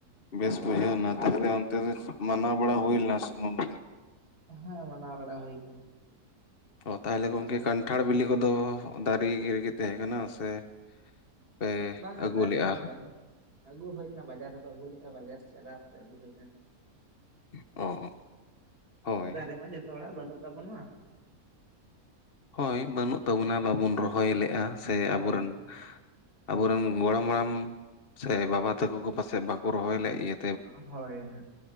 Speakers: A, on the left; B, on the right.
A: ᱵᱮᱥ ᱵᱩᱡᱷᱟᱹᱣ ᱱᱟ ᱛᱟᱦᱞᱮ ᱚᱱᱛᱮ ᱫᱚ ᱢᱟᱱᱟᱣ ᱵᱟᱲᱟ ᱦᱩᱭ ᱞᱮᱱᱟ ᱥᱮ ᱵᱟᱝ?
B: ᱦᱮᱸ ᱢᱟᱱᱟᱣ ᱵᱟᱲᱟ ᱦᱩᱭ ᱠᱟᱱᱟ᱾
A: ᱚ ᱛᱟᱦᱚᱞᱮ
B: ᱢᱟᱱᱟᱣ
A: ᱜᱚᱝᱠᱮ
B: ᱵᱟᱲᱟ
A: ᱠᱟᱱᱴᱷᱟᱲ ᱵᱤᱞᱤ ᱠᱚᱫᱚ ᱫᱟᱨᱮ ᱨᱮᱜᱮ ᱛᱟᱦᱮᱸ ᱠᱟᱱᱟ ᱥᱮ ᱥᱮ ᱯᱮ
B: ᱵᱟᱝᱟ
A: ᱟᱹᱜᱩ
B: ᱫᱟᱨᱮ
A: ᱞᱮᱜᱼᱟ?
B: ᱢᱟ ᱵᱟᱹᱱᱩᱜ ᱟᱹᱜᱩ ᱦᱩᱭ ᱞᱮᱱᱟ ᱵᱟᱡᱟᱨ ᱨᱮᱠᱚ ᱟᱹᱜᱩ ᱞᱮᱜᱼᱟ ᱵᱟᱡᱟᱨ ᱪᱟᱞᱟᱣ ᱠᱟᱛᱮ ᱟᱹᱜᱩ ᱦᱩᱭ ᱞᱮᱱᱟ᱾
A: ᱚ ᱚ᱾ ᱦᱳᱭ
B: ᱫᱟᱨᱮ ᱢᱟ ᱡᱷᱚᱛᱚ ᱦᱚᱲᱼᱟᱜ ᱵᱟᱹᱱᱩᱜ ᱛᱟᱵᱚᱱᱟ᱾
A: ᱦᱳᱭ ᱵᱟᱹᱱᱩᱜ ᱛᱟᱵᱚᱱᱟ ᱵᱟᱵᱚᱱ ᱨᱚᱦᱚᱭ ᱞᱮᱜᱼᱟ ᱥᱮ
B: ᱦᱳᱭ
A: ᱟᱵᱚ ᱨᱮᱱ ᱟᱵᱚᱨᱮᱱ ᱜᱚᱲᱚᱢ ᱦᱟᱲᱟᱢ ᱥᱮ ᱵᱟᱵᱟ ᱛᱟᱠᱚ ᱠᱚ ᱯᱟᱥᱮᱫ ᱵᱟᱠᱚ ᱨᱚᱦᱚᱭ ᱞᱮᱜ ᱮᱭᱟ
B: ᱦᱳᱭ ᱦᱳᱭ᱾